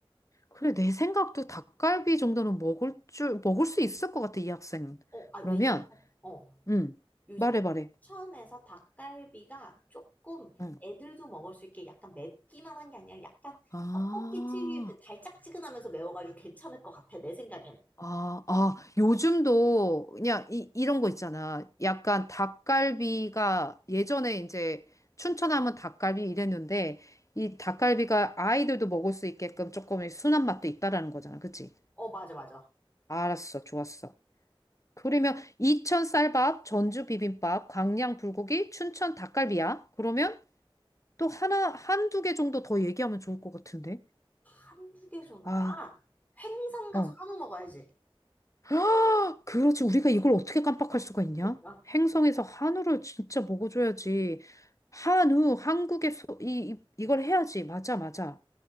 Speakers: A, on the left (about 35°); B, on the left (about 15°).
A: 그래, 내 생각도 닭갈비 정도는 먹을 줄, 먹을 수 있을 것 같아, 이 학생은.
B: 어, 아, 왜냐면
A: 그러면,
B: 어,
A: 음,
B: 요즘에
A: 말해, 말해.
B: 춘천에서 닭갈비가 조금
A: 응.
B: 애들도 먹을 수 있게 약간 맵기만 한 게 아니라 약간
A: 아.
B: 떡볶이 특유의 그 달짝지근하면서 매워가지고 괜찮을 것 같아, 내 생각에는.
A: 아, 아, 요즘도 그냥 이, 이런 거 있잖아. 약간 닭갈비가 예전에 이제 춘천 하면 닭갈비 이랬는데 이 닭갈비가 아이들도 먹을 수 있게끔 조금 순한 맛도 있다라는 거잖아. 그치?
B: 어, 맞아, 맞아.
A: 알았어. 좋았어. 그러면 이천 쌀밥, 전주 비빔밥, 광양 불고기, 춘천 닭갈비야. 그러면 또 하나, 한두 개 정도 더 얘기하면 좋을 것 같은데.
B: 한 두 개 정도.
A: 아,
B: 아, 횡성 가서
A: 어.
B: 한우 먹어야지.
A: 아, 그렇지. 우리가 이걸 어떻게 깜빡할 수가 있냐?
B: 그러니까.
A: 행성에서 한우를 진짜 먹어줘야지. 한우, 한국의 소, 이, 이- 이걸
B: 응.
A: 해야지. 맞아, 맞아.